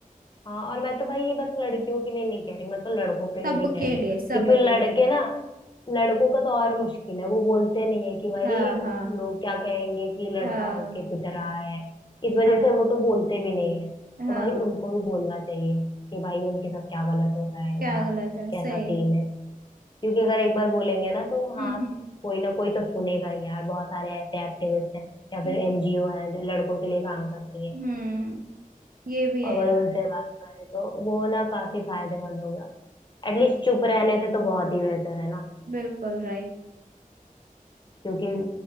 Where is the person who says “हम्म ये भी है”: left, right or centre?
Right